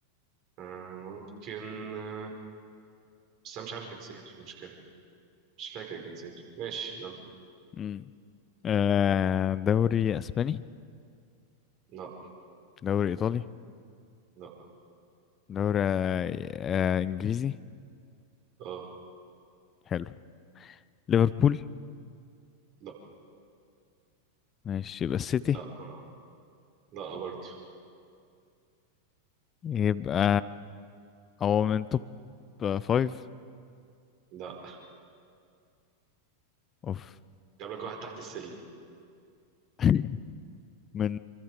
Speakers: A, on the right; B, on the left.
A: آه، ممكن آه، بس انا مش عارف جنسيته مشكلة مش فاكر جنسيته ماشي يلا
B: امم آه، دوري اسباني
A: لا
B: دوري ايطالي
A: لا
B: دوري آه، آه، انجليزي
A: اه
B: حلو ليفربول
A: لا
B: ماشي يبقى السيتي
A: لا آه. لا برضه
B: يبقى هو من توب فايف
A: لا
B: اوف
A: جاب لك واحد تحت السلم
B: <laughs> من